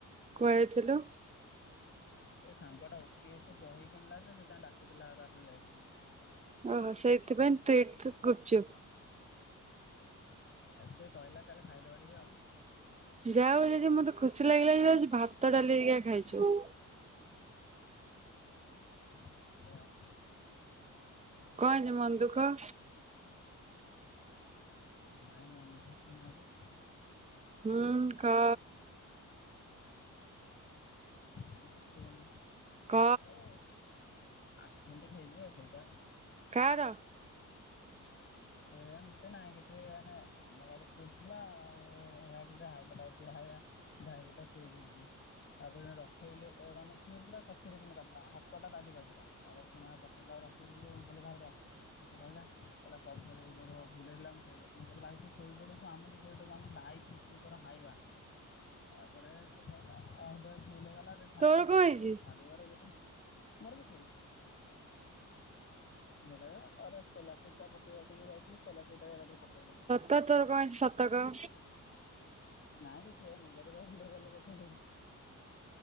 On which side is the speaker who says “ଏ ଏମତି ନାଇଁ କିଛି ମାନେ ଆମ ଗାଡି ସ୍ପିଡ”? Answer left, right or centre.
Left